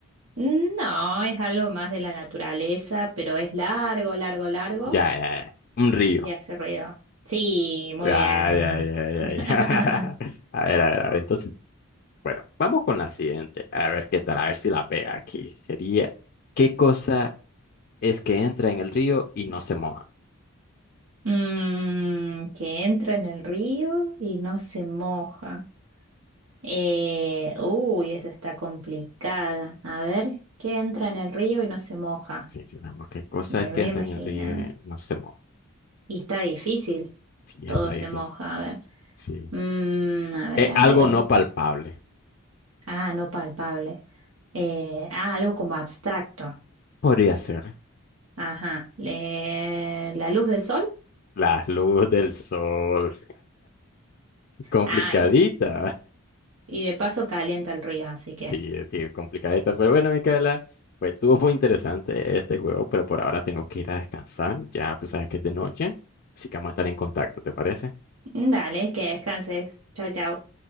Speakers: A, on the right (about 70°); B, on the left (about 45°).
A: Mm, No, es algo más de la naturaleza, pero es largo, largo, largo
B: Ya, ya, ya. Un río.
A: y hace ruido. Sí, muy
B: Ya,
A: bien.
B: ya, ya, ya,
A: <laughs>
B: ya. <laughs> A ver, a ver, a ver. Entonces, bueno, vamos con la siguiente. A ver qué tal, a ver si la pega aquí. Sería, ¿qué cosa es que entra en el río y no se moja?
A: Mm, que entra en el río y no se moja. Eh, uy, esa está complicada. A ver, ¿qué entra en el río y no se moja?
B: Sí, sí, vamos, ¿qué cosa
A: Me
B: es que
A: voy
B: entra
A: a imaginar.
B: en el río y no se moja?
A: Y está difícil.
B: Sí,
A: Todo
B: está
A: se
B: difícil.
A: moja. A ver.
B: Sí.
A: Mm, a ver,
B: Es
A: a
B: algo
A: ver.
B: no palpable.
A: Ah, no palpable. Eh, ah, algo como abstracto.
B: Podría ser.
A: Ajá. Le- La luz del sol.
B: La luz del sol. <laughs> Complicadita.
A: Ah, y, y de paso calienta el río, así que.
B: Sí, eh, sí, complicadita. Pero bueno, Micaela, pues estuvo muy interesante este juego, pero por ahora tengo que ir a descansar. Ya tú sabes que es de noche, así que vamos a estar en contacto, ¿te parece?
A: mm, Dale, que descanses. Chau, chau.